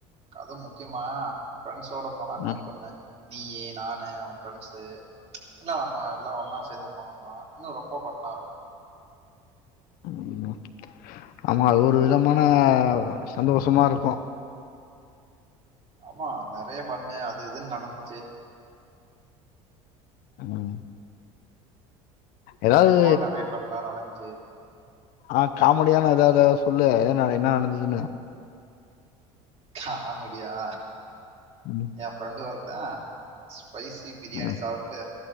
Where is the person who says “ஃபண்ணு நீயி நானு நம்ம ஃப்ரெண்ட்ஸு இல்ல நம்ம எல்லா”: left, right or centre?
Right